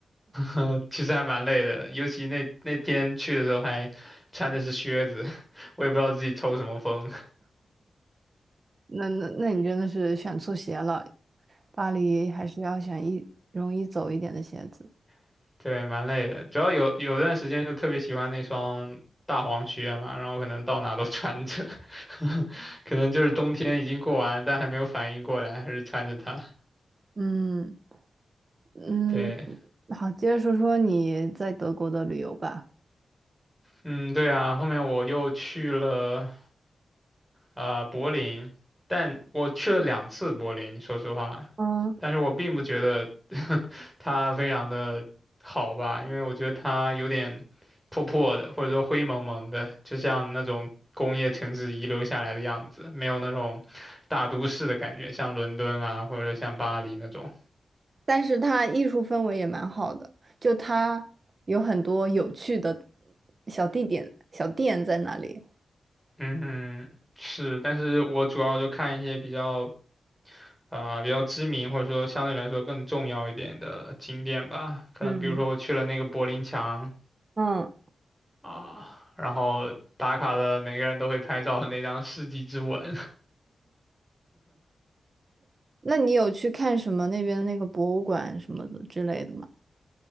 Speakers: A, in the centre; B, on the right (about 40°).
A: <laughs> 其实还蛮累的。尤其那那天去的时候还穿的是靴子，<laughs> 我也不知道自己抽什么风，
B: 那那那你真的是选错鞋了，巴黎还是要选一容易走一点的鞋子。
A: <laughs> 对，蛮累的。主要有有段时间就特别喜欢那双大黄靴嘛，然后可能到哪都穿着，<laughs> 可能就是冬天已经过完，但还没有反应过来，还是穿着它。
B: 嗯。嗯，
A: 对，
B: 好，接着说说你在德国的旅游吧。
A: 嗯，对啊，后面我又去了。啊、柏林，但我去了两次柏林，说实话，
B: 嗯，
A: 但是我并不觉得 <laughs> 它非常的好吧，因为我觉得它有点破破的，或者说灰蒙蒙的，就像那种工业城市遗留下来的样子，没有那种大都市的感觉，像伦敦啊，或者说像巴黎那种。
B: 但是它艺术氛围也蛮好的，就它有很多有趣的小地点、小店在那里。
A: 嗯，是，但是我主要就看一些比较。啊、比较知名或者说相对来说更重要一点的景点吧，可能比如说我去了那个柏林墙，
B: 嗯，嗯，
A: 啊，然后打卡了，每个人都会拍照的那张世纪之吻，<laughs>
B: 那你有去看什么那边那个博物馆什么的之类的吗？